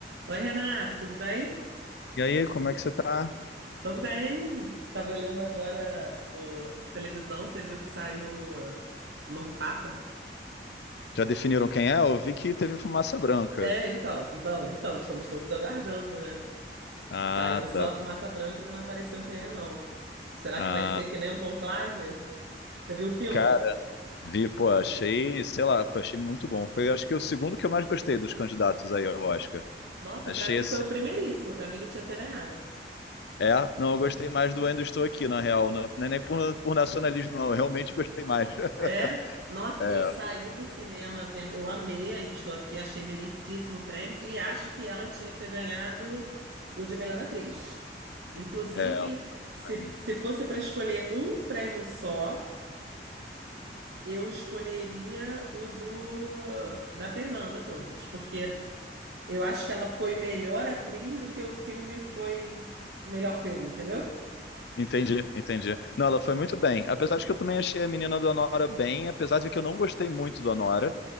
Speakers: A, on the right; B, on the left.
A: Oi, Renato, tudo bem?
B: E aí, como é que você tá?
A: Tô bem. Tava olhando agora o a televisão, você viu que saiu o novo Papa?
B: Já definiram quem é? Eu vi que teve fumaça branca.
A: É, então, não, então, estamos todos aguardando, né?
B: Ah,
A: Saiu só
B: tá.
A: a fumaça branca e ainda não apareceu quem é, não. Será
B: Ah,
A: que vai ser que nem o Conclave? Você viu o filme?
B: cara, vi, pô, achei, sei lá, achei muito bom. Foi, acho que o segundo que eu mais gostei dos candidatos aí ao Oscar.
A: Nossa,
B: Achei
A: pra mim
B: esse.
A: foi o primeiríssimo, pra mim ele tinha que ter ganhado.
B: É, não, eu gostei mais do Ainda Estou Aqui, na real. Não, não é nem por, por nacionalismo, não. Eu realmente gostei mais. <laughs>
A: É, nossa,
B: É,
A: eu saí do cinema vendo, eu amei, ainda estou aqui, achei merecidíssimo o prêmio e acho que ela tinha que ter ganhado o de melhor atriz. Inclusive,
B: é,
A: se,
B: tem.
A: se fosse para escolher um prêmio só, eu escolheria o do da Fernanda Torres, porque eu acho que ela foi melhor atriz do que o filme foi melhor filme, entendeu?
B: Entendi, entendi. Não, ela foi muito bem. Apesar de que eu também achei a menina do Anora bem, apesar de que eu não gostei muito do Anora.